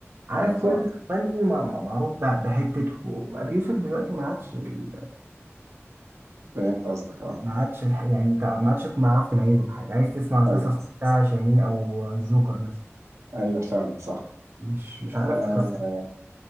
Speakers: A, on the right (about 45°); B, on the right (about 80°).
A: عارف
B: اه فعلا
A: كل فني مع- مع- معروف ب- بحتته ابي يوسف دلوقتي ما عادش ال-
B: فهمت قصدك اه
A: ما عادش الح- يعني تع- ما عادش تعرف تميزه بحاجه عايز تسمع قصص
B: ايوه
A: بتاع شاهين او الجوكر مثلا
B: ايوه فعلا صح
A: مش مش
B: آه
A: عارف تخصص